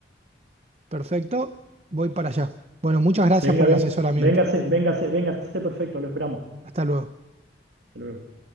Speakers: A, on the right; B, on the right.
A: Perfecto, voy para allá. Bueno, muchas gracias
B: Venga,
A: por el
B: ven,
A: asesoramiento.
B: véngase, véngase, véngase, perfecto, lo esperamos.
A: Hasta luego.
B: Hasta luego.